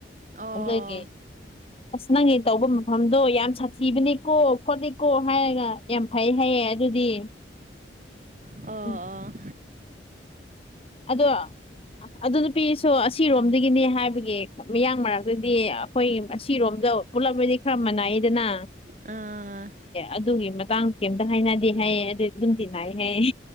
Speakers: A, on the right; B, on the left.
A: ꯑꯣ
B: ꯑꯗꯨꯒꯤ ꯑꯁ ꯅꯪꯒꯤ ꯇꯧꯕ ꯃꯐꯝꯗꯣ ꯌꯥꯝ ꯁꯥꯊꯤꯕꯅꯤꯀꯣ ꯈꯣꯠꯂꯤꯀꯣ ꯍꯥꯏꯔꯒ ꯌꯥꯝ ꯐꯩ ꯍꯥꯏꯩꯌꯦ ꯀꯌꯥ ꯑꯗꯨꯗꯤ
A: ꯑꯣ
B: ꯎꯝ
A: ꯑ
B: ꯑꯗꯣ ꯑꯗꯨ ꯑꯗꯨ ꯄꯤ ꯁꯣ ꯑꯁꯤꯔꯣꯝꯗꯒꯤꯅꯤ ꯍꯥꯏꯕꯒꯤ ꯃꯤꯌꯥꯡ ꯃꯔꯛꯇꯗꯤ ꯑꯩꯈꯣꯏ ꯑꯁꯤꯔꯣꯝꯗ ꯄꯨꯜꯂꯛꯕꯗꯤ ꯈꯔ ꯃꯅꯏꯗꯅ
A: ꯑ
B: ꯑꯗꯨꯒꯤ ꯃꯇꯥꯡꯁꯨ ꯀꯩꯝꯇ ꯍꯥꯏꯅꯗꯦ ꯍꯥꯏꯌꯦ ꯑꯗꯨ ꯑꯗꯨꯝꯗꯤꯤꯟꯅꯏ ꯍꯥꯏꯌꯦ